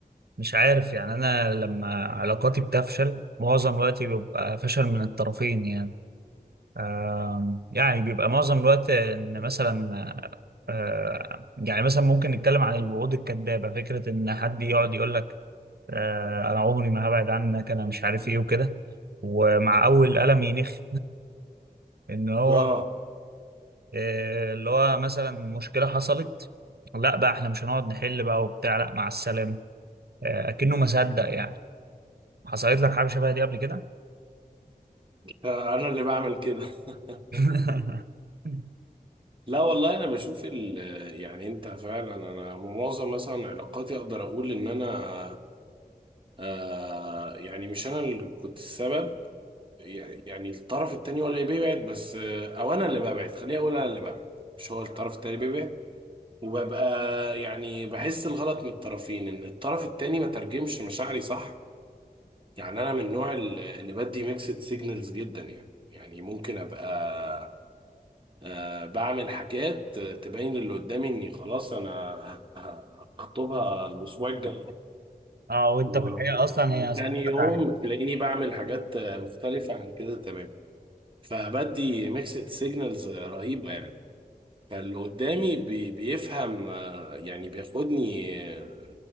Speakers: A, on the right; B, on the right.
A: مش عارف يعني انا لما علاقاتي بتفشل معظم الوقت بيبقى فشل من الطرفين يعني آه يعني بيبقى معظم الوقت ان مثلا آه يعني مثلا ممكن نتكلم عن الوعود الكذابة فكرة ان حد يقعد يقول لك آه انا عمري ما هبعد عنك انا مش عارف ايه وكده ومع اول قلم ينخ <laughs> ان هو
B: اه
A: إيه اللي هو مثلا مشكلة حصلت لا بقى احنا مش هنقعد نحل بقى وبتاع لا مع السلامة إيه أكنه ما صدق يعني حصلت لك حاجة شبه دي قبل كده
B: آه، انا اللي بعمل كده <laughs>
A: <laughs>
B: لا والله انا بشوف ال يعني انت فعلا انا معظم مثلا علاقاتي اقدر اقول ان انا آه يعني مش انا اللي كنت السبب يعني الطرف التاني هو اللي بيبعد بس آه او انا اللي ببعد خليني اقول انا اللي ببعد مش هو الطرف التاني اللي بيبعد وببقى يعني بحس الغلط من الطرفين ان الطرف التاني ما ترجمش مشاعري صح يعني انا من النوع اللي اللي بدي ميكسد سيجنالز جدا يعني يعني ممكن ابقى آه، بعمل حاجات تبين اللي قدامي اني خلاص انا هخطبها الاسبوع الجاي
A: اه وانت
B: و-
A: في الحقيقه اصلا
B: وتاني
A: هي صاحبتك
B: يوم
A: عليك
B: تلاقيني بعمل حاجات مختلفة عن كده تمام فبدي ميكسد سيجنالز رهيبة يعني فاللي قدامي بي- بيفهم آه، يعني بياخدني آه،